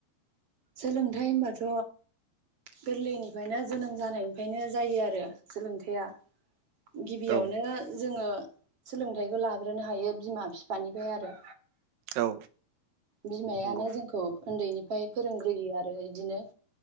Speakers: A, on the right; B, on the right.
A: सोलोंथाइ होनबाथ' गोरलैनिफ्रायनो जोनोम जानायनिफ्रायनो जायो आरो सोलोंथाया। गिबियावनो
B: औ
A: जोङो सोलोंथाइखौ लाग्रोनो हायो बिमा बिफानिफ्राय आरो
B: औ
A: बिमायानो
B: नंगौ
A: जोंखौ उन्दैनिफ्राय फोरोंग्रोयो आरो बिदिनो।